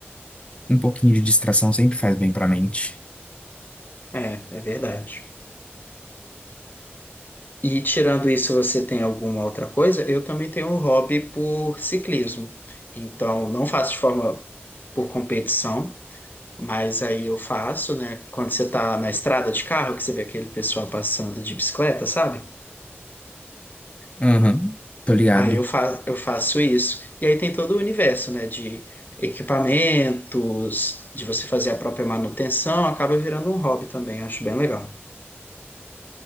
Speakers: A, on the left; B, on the left.
A: Um pouquinho de distração sempre faz bem para a mente.
B: É, é verdade. E tirando isso, você tem alguma outra coisa? Eu também tenho um hobby por ciclismo. Então, não faço de forma por competição, mas aí eu faço, né? Quando você tá na estrada de carro, que você vê aquele pessoal passando de bicicleta, sabe?
A: Aham, tô ligado.
B: Aí eu, fa eu faço isso. E aí tem todo o universo, né? De equipamentos, de você fazer a própria manutenção, acaba virando um hobby também. Eu acho bem legal.